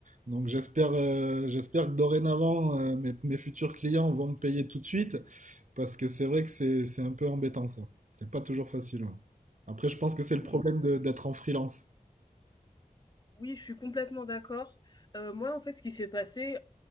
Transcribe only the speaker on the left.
Oui,
oui, je suis complètement d'accord. Heu, moi en fait ce qui s'est passé